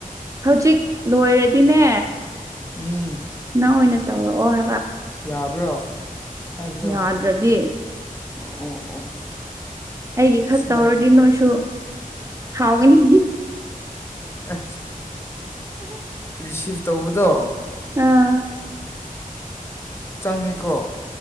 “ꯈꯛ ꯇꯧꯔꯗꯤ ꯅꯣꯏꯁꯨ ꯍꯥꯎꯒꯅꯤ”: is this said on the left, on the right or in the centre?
Right